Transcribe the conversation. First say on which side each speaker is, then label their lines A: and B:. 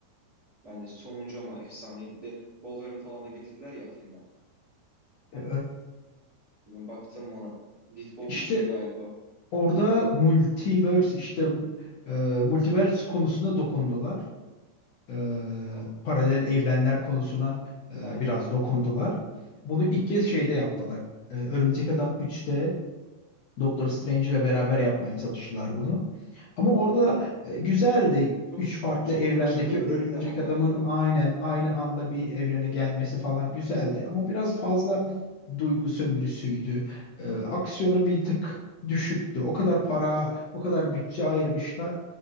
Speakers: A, on the right; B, on the left.
A: Ben de sonuncu ama efsaneydi. Bir de Wolverine falan da getirdiler ya filme.
B: E,
A: Ben baktım ona. Deadpool
B: işte
A: üçtü galiba.
B: Orada multiverse işte e, multiverse konusuna dokundular. E,
A: Aha.
B: paralel evrenler konusuna e,
A: Aynen
B: biraz
A: aynen.
B: dokundular. Bunu ilk kez şeyde yaptılar. E, Örümcek Adam 3'te Doktor Strange ile beraber yapmaya çalıştılar bunu. Ama orada e, güzeldi.
A: Çok
B: Üç farklı
A: çok
B: evrendeki
A: da başarılı
B: örümcek
A: değildi ama galiba.
B: adamın aynen aynı anda bir evrene gelmesi falan güzeldi. Ama biraz fazla duygu sömürüsüydü. E, aksiyonu bir tık düşüktü. O kadar para, o kadar bütçe ayırmışlar.